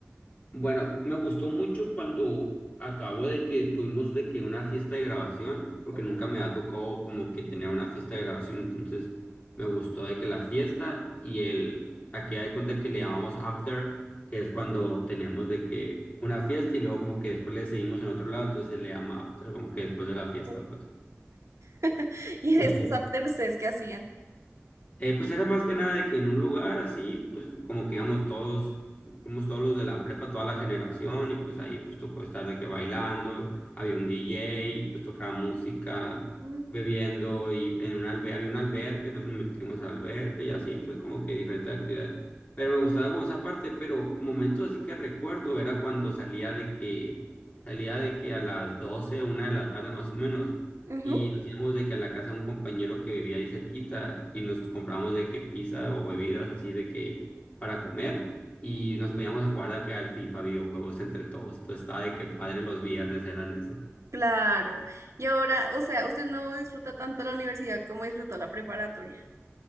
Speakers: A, on the left (about 30°); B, on the right (about 80°).
A: bueno, me gustó mucho cuando acabo de que tuvimos de que una fiesta de grabación, porque
B: Ujú.
A: nunca me ha tocado como que tener una fiesta de grabación, entonces me gustó de que la fiesta y el, aquí hay cuenta que le llamamos after, que es cuando tenemos de que una fiesta y luego como que después le seguimos en otro lado, entonces se le llama after, como que después de la fiesta,
B: Uy.
A: pues.
B: <laughs> Y de
A: <laughs>
B: esos after ustedes que hacían.
A: Eh, pues era más que nada de que en un lugar así, pues como que íbamos todos, fuimos todos los de la prepa, toda la generación, y pues ahí pues tocó estar de que bailando, había un DJ, pues tocaba música,
B: Mm,
A: bebiendo, y en un albe había una alberca, entonces nos metimos a la alberca y así, pues como que diferentes actividades. Pero me gustaba como esa parte, pero momentos así que recuerdo era cuando salía de que, salía de que a las 12 una de la tarde más o menos
B: Ujú,
A: y nos íbamos de que a la casa de un compañero que vivía ahí cerquita y nos compramos de que pizza o bebidas así de que para comer y nos poníamos a jugar de que al FIFA videojuegos entre todos. Entonces estaba de que padre los viernes eran esos.
B: Claro. Y ahora, o sea, usted no disfruta tanto la universidad como disfrutó la preparatoria.